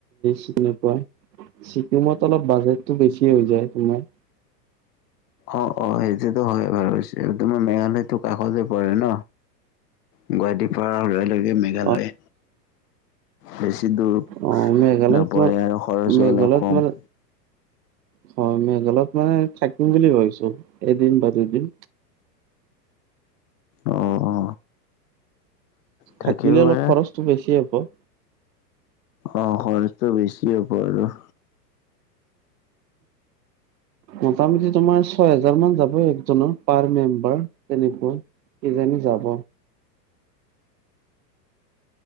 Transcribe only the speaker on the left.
অ অ সেইটোতো হয়েই বাৰু পিছে তোমাৰ মেঘালয়তো কাষতে পৰে ন। গুৱাহাটী পৰা ওলালে মেঘালয়
বেছি দূৰ
নপৰে
আৰু খৰচো
অলপ কম।
অ অ থাকিব
পাৰা
অ খৰচটো বেছি হ'ব আৰু।